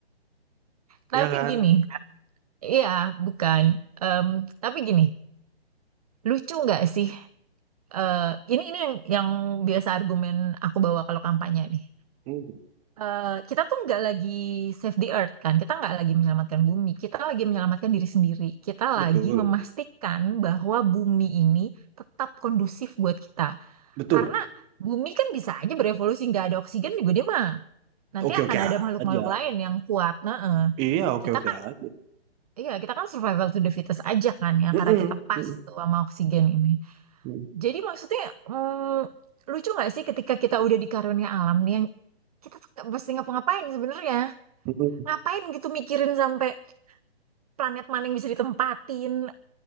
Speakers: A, on the right; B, on the right.
A: Tapi
B: ya kan?
A: gini, iya bukan. Em, tapi gini, lucu nggak sih? eh, ini ini yang, yang biasa argumen aku bawa kalau kampanye nih.
B: Hmm,
A: Eh, kita tuh nggak lagi save the earth kan? Kita nggak lagi menyelamatkan bumi. Kita lagi menyelamatkan diri sendiri. Kita
B: betul,
A: lagi memastikan bahwa bumi ini tetap kondusif buat kita.
B: betul.
A: Karena bumi kan bisa aja berevolusi nggak ada oksigen juga dia mah. Nanti
B: Oke
A: akan
B: oke
A: ada makhluk-makhluk
B: aja.
A: lain yang kuat. Nah, eh.
B: Iya oke
A: kita
B: oke aja.
A: Iya, kita kan survival to the fittest aja kan ya,
B: Mm-mm,
A: karena kita pas
B: mm-mm,
A: tuh sama oksigen ini.
B: mm-mm.
A: Jadi maksudnya mm, lucu nggak sih ketika kita udah di karunia alam nih yang kita tuh nggak mesti ngapa-ngapain sebenarnya.
B: mm-mm.
A: Ngapain gitu mikirin sampai planet maning bisa ditempatin,